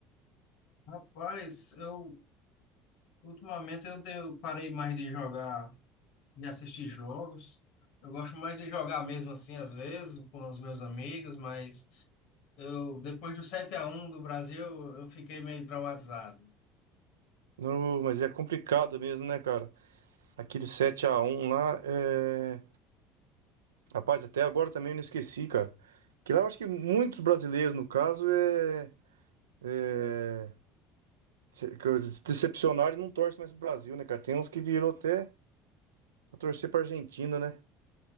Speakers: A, on the left (about 65°); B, on the right (about 75°).
A: Rapaz, eu ultimamente eu tenho- parei mais de jogar, de assistir jogos. Eu gosto mais de jogar mesmo assim, às vezes, com os meus amigos, mas eu depois do 7 a um do Brasil, eu fiquei meio traumatizado.
B: Não, mas é complicado mesmo, né, cara? Aquele sete a um lá, é... rapaz, até agora também eu não esqueci, cara. Que lá eu acho que muitos brasileiros, no caso, é... é... se que se decepcionaram e não torcem mais pro Brasil, né, cara? Tem uns que virou até pra torcer pra Argentina, né?